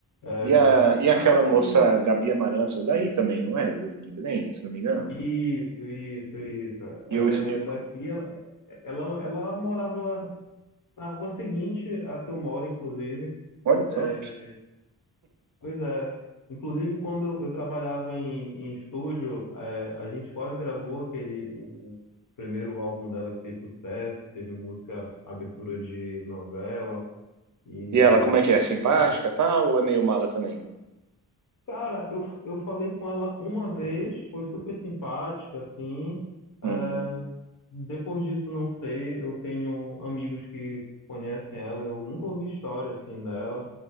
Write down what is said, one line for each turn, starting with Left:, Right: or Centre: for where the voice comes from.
Left: É,
Right: E, a, e aquela
Left: Acho que
Right: moça Gabi Amarantos, é daí também, não é? Do, de Belém, se não me engano.
Left: isso, isso, isso. Ela
Right: E eu, e-
Left: é daqui, ela, ela, ela morava na rua seguinte à que eu moro, inclusive.
Right: olha
Left: É,
Right: só.
Left: Pois é. Inclusive, quando eu trabalhava em, em estúdio, é, a gente quase gravou aquele, o primeiro álbum dela que fez sucesso, que teve música, abertura de novela. E
Right: E ela, como é que é? Simpática,
Left: só que,
Right: tal? Ou é meio mala também?
Left: cara, eu, eu falei com ela uma vez, foi super simpática, assim. É,
Right: Hum,
Left: depois disso, não sei. Eu tenho amigos que conhecem ela, eu nunca ouvi história assim dela.